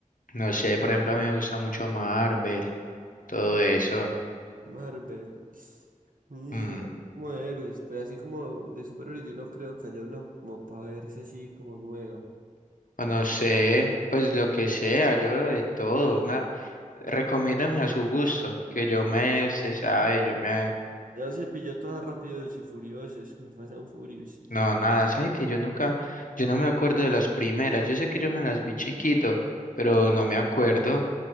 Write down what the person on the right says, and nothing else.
Marvel. Mm,
así como de héroes, pero así como de superhéroes, yo no creo que haya una como para verse así como nueva.
Ya se pilló todas Rápidos y Furiosos, Fast and Furious.